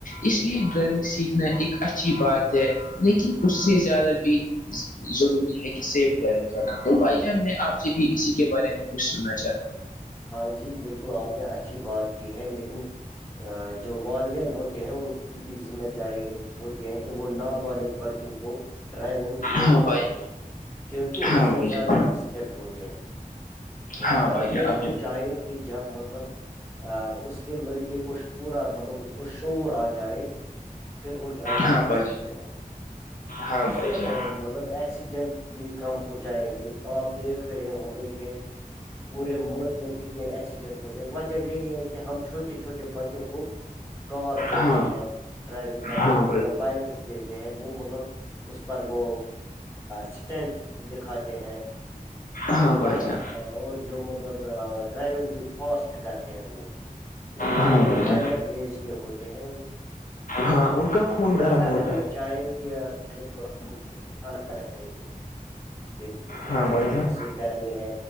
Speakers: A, on the left; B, on the left.
A: اس
B: بالکل
A: لیے ڈرائونگ
B: بالکل
A: سیکھ ایک اچھی بات ہے لیکن اس سے زیادہ بھی ضروری ہے کہ سیف ڈرائیونگ کرنا تو بائی جان میں آپ سے بھی اسی کے بارے میں کچھ سننا چاہتا ہوں
B: ہاں جی بالکل آپ نے اچھی بات کی ہے لیکن جو والدین ہوتے ہیں ان کی بھی ذمہ داری ہے ہوتی ہے کہ وہ نابالغ بچوں کو ڈرائیونگ نہیں
A: ہاں
B: کرائی
A: بھائی
B: کیونکہ
A: ہاں
B: اس سے
A: بھائی
B: زیادہ
A: جان
B: ایکسیڈنٹ ہوتے ہیں
A: ہاں
B: والدین
A: بھائی جان آپ
B: کو
A: نے
B: چاہے کہ جب مطلب ا اس کے لڑکے کو پورا مطلب اس کو شعور آ جائے پھر وہ ڈرائیونگ
A: ہاں
B: کر
A: بھائی
B: سکتے
A: جان
B: ہیں
A: ہاں
B: اس
A: بھائی
B: سے
A: جان
B: مطلب ایکسیڈنٹ بھی کم ہو جائیں گے آپ دیکھ رہے ہوں گے کہ پورے ملک میں کتنے ایکسیڈنٹ ہوتے وجہ یہی ہے کہ ہم چھوٹے چھوٹے بچوں کو کار دیتے
A: ہاں بھائی
B: ہیں ڈرائیونگ کرنے
A: ہاں
B: کے لیے
A: بھائی
B: یا بائکس دیتے ہیں وہ مطلب اس پر وہ سٹینٹ دکھاتے ہیں
A: ہاں
B: اور
A: بھائی
B: اور
A: جان
B: جو مطلب ڈرائیونگ بھی فاسٹ کرتے ہیں وہ کیونکہ
A: ہاں
B: وہ
A: بھائی
B: مائنر
A: جان
B: ایج کے ہوتے ہیں
A: ہاں ان کا خون
B: لہذا
A: گرم ہوتا
B: ہمیں
A: ہے
B: چاہے کہ آپ <unintelligible>
A: ہاں بھائی جان
B: کرنی ہے